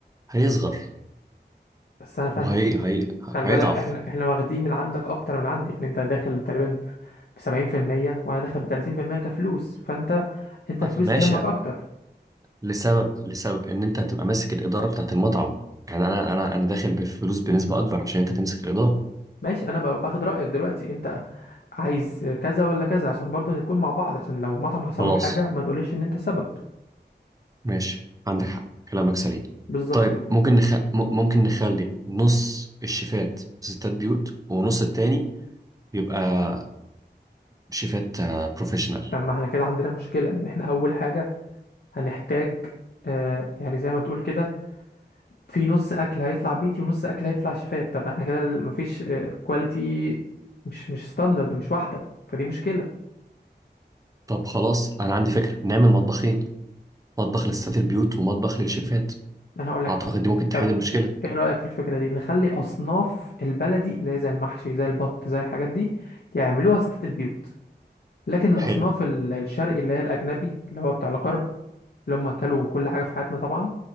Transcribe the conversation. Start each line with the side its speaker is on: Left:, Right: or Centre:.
Right: هيصغر
Left: بس انا فاهم
Right: وهي هي...
Left: خلي
Right: هيضعف
Left: بالك احنا احنا واخدين من عندك اكتر من عندي يعني انت داخل تقريبا ب 70% وانا داخل ب 30% كفلوس فانت انت الفلوس
Right: ماشي
Left: تهمك اكتر
Right: لسبب لسبب ان انت هتبقى ماسك الاداره بتاعت المطعم يعني انا انا انا داخل بفلوس بنسبه اكبر عشان انت تمسك الاداره
Left: ماشي انا ب- باخد رايك دلوقتي انت عايز كذا ولا كذا عشان برضو نكون مع بعض عشان لو المطعم حصل
Right: خلاص
Left: له حاجه ما تقوليش ان انت سبب
Right: ماشي عندك حق كلامك سليم
Left: بالظبط
Right: طيب
Left: كده
Right: ممكن نخ... م- ممكن نخلي نص الشيفات ستات بيوت ونص التاني بيبقى شيفات آه، بروفيشنال
Left: طب ما احنا كده عندنا مشكله ان احنا اول حاجه هنحتاج آه يعني زي ما تقول كده في نص اكل هيطلع بيتي ونص اكل هيطلع شيفات طب احنا كده ال- مفيش آه كواليتي مش مش ستاندرد مش واحده فدي مشكله
Right: طب خلاص انا عندي فكره نعمل مطبخين مطبخ لستات البيوت ومطبخ للشيفات
Left: انا هقول لك
Right: اعتقد
Left: حاجه
Right: دي ممكن تحل
Left: طب
Right: المشكله
Left: ايه رايك في الفكره دي نخلي اصناف البلدي اللي هي زي المحشي زي البط زي الحاجات دي يعملوها ستات البيوت لكن الأصناف
Right: حلو
Left: ال- الشرقي اللي هي الأجنبي اللي هو بتاع الغرب اللي هم أكلوا كل حاجة في حياتنا طبعا